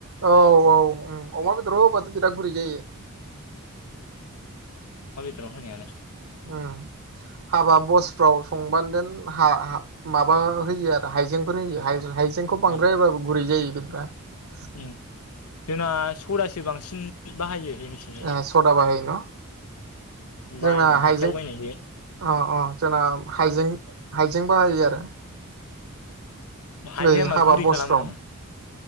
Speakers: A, on the right; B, on the left.
A: औ औ उम अमा बेदराव होबाथ' बिराद गुरै जायो।
B: राव होनायानो।
A: उम हाबा बसफ्राव संबा देन हा हा माब है यो आरो हाइजेंफोर होयो हाय-हायजे जेंखौ बांद्राय
B: उम
A: होबाबो गुरै जायो। <unintelligible>
B: उम जोंना स'दासो बांसिन बाहायो। जोंनिथिं ओरै
A: ए स'दा बाहायो न? जोंना
B: बायनो
A: हाइजें
B: हाथायाव
A: अ
B: बायनायसो
A: अ जोंना हाइजें हाइजें बाहायो आरो।
B: हाइजें
A: बै
B: मा
A: हाबा
B: गुरै
A: बसफ्राव।
B: खालामो नामा